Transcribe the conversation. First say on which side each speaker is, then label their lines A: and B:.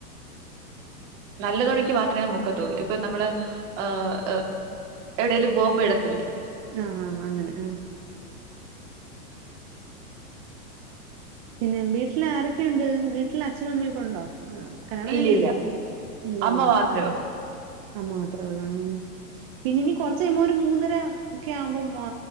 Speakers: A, on the right; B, on the right.
A: നല്ലതുണിക്ക് മാത്രമേ മുക്കത്തുള്ളൂ ഇപ്പൊ നമ്മള് ഹ് എവിടേലും പോകുമ്പെ ഇടത്തില്ലേ
B: ആഹ് ആഹ് അങ്ങനെ ആ പിന്നെ വീട്ടില് ആരൊക്കെയൊണ്ട് വീട്ടില് അച്ഛനും അമ്മയൊക്കെ ഒണ്ടോ കല്യാണം
A: ഇല്ല
B: കഴിഞ്ഞല്ലേ?
A: ഇല്ല
B: ഇല്ലല്ലേ
A: അമ്മ മാത്രേ
B: ഉംഹ് അമ്മ മാത്രമേ ഉള്ളെ പിന്നെ ഇനി കൊറച്ച് കഴിയുമ്പോരു മൂന്നര ഒക്കെ ആകുമ്പോ മാ